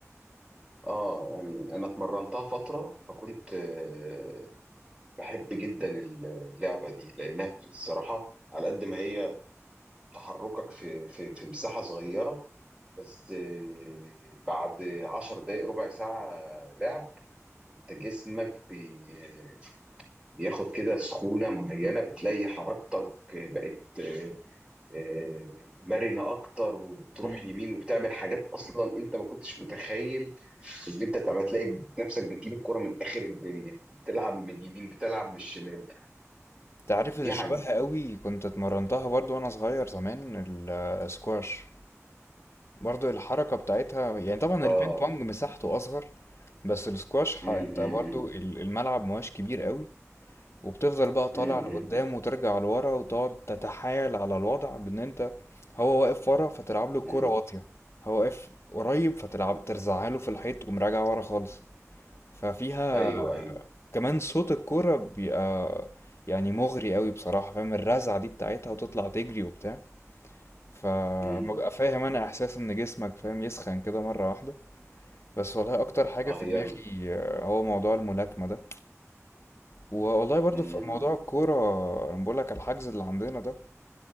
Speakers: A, on the right; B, on the left.
A: اه يعني انا اتمرنتها فتره فكنت آه، بحب جدا اللعبه دي لانها الصراحه على قد ما هي تحركك في في في مساحه صغيره بس آه، بعد عشر دقايق ربع ساعه لعب انت جسمك بي- آه، بياخد كده سخونه معينه بتلاقي حركتك بقت آه، آه، مرنه اكتر وبتروح
B: مم.
A: يمين وبتعمل حاجات اصلا انت ما كنتش متخيل اللي انت تعمل تلاقي نفسك بتجيب الكرة من اخر الدنيا بتلعب من اليمين بتلعب من الشمال
B: انت عارف اللي
A: يعني
B: شبهها قوي كنت اتمرنتها برضو وانا صغير زمان ال- السكواش برضو الحركه بتاعتها يعني طبعا
A: اه
B: البينج بونج مساحته اصغر بس السكواش ح-
A: امم
B: انت
A: امم
B: برضو ال- الملعب مواش كبير قوي وبتفضل بقى طالع
A: امم
B: لقدام وترجع لورا وتقعد تتحايل على الوضع بان انت هو واقف ورا فتلعب له الكوره
A: امم
B: واطيه هو واقف قريب فتلعب ترزعها له في الحيط ومراجع ورا خالص ففيها
A: ايوه ايوه
B: كمان صوت الكوره بيبقى يعني مغري قوي بصراحه فاهم الرزعه دي بتاعتها وتطلع تجري وبتاع فببقى
A: امم
B: فاهم انا احساس ان جسمك فاهم يسخن كده مره واحده بس والله اكتر حاجه
A: اه
B: في
A: يلا
B: دماغي آه، هو موضوع الملاكمه ده والله برضو
A: امم
B: في موضوع الكوره انا بقول لك الحجز اللي عندنا ده